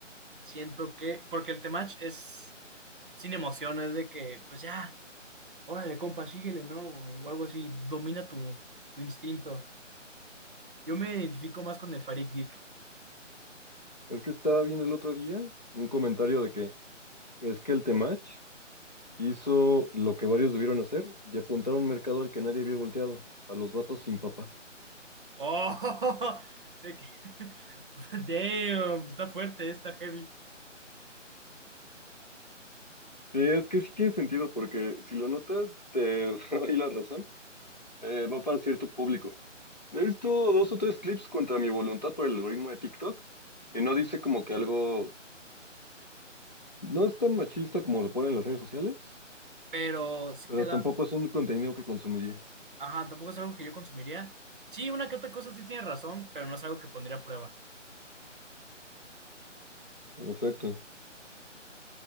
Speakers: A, on the right; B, on the left.
A: siento que, porque el Temach es sin emociones de que, pues ya, órale, compa, síguele, ¿no? O algo así, domina tu, tu instinto. Yo me identifico más con el Farid Dick.
B: Es que estaba viendo el otro día un comentario de que es que el Temach Hizo lo que varios debieron hacer y apuntar a un mercado al que nadie había volteado, a los vatos sin papá.
A: ¡Oh! <laughs> De que, <laughs> damn, está fuerte, está heavy.
B: Sí, es que sí tiene sentido, porque si lo notas, te <laughs> doy la razón, eh, va para cierto público. He visto dos o tres clips contra mi voluntad por el algoritmo de TikTok, y no dice como que algo... No es tan machista como lo ponen las redes sociales,
A: Pero sí
B: pero
A: te da
B: tampoco es un contenido que consumiría.
A: Ajá, tampoco es algo que yo consumiría. Sí, una que otra cosa sí tiene razón, pero no es algo que pondría a prueba.
B: En efecto.